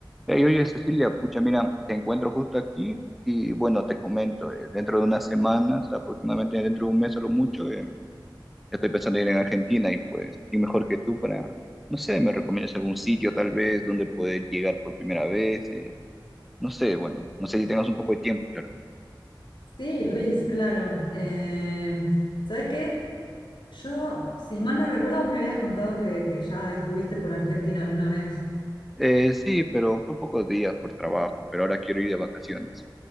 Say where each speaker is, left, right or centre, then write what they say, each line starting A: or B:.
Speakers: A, in the centre; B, on the left.
A: Hey, oye, Cecilia, pucha, mira, te encuentro justo aquí y bueno, te comento, eh, dentro de unas semanas, aproximadamente dentro de un mes a lo mucho, eh, estoy pensando en ir en Argentina y pues, ¿quién mejor que tú para, no sé, me recomiendas algún sitio tal vez donde poder llegar por primera vez? eh, no sé, bueno, no sé si tengas un poco de tiempo, claro.
B: Sí, Luis, claro. Em, ¿sabes qué? Yo, si mal no recuerdo, vos me habías contado que, que ya estuviste por Argentina alguna vez.
A: Eh, sí, pero fue pocos días por trabajo, pero ahora quiero ir de vacaciones.